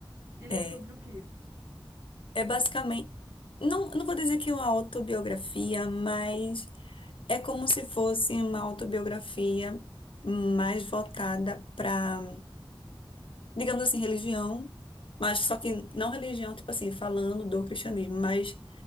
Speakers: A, on the right; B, on the left.
A: Ele
B: É,
A: é sobre o quê?
B: É basicamente, não, não vou dizer que é uma autobiografia, mas é como se fosse uma autobiografia mais voltada para, digamos assim, religião, mas só que não religião, tipo assim, falando do cristianismo, mas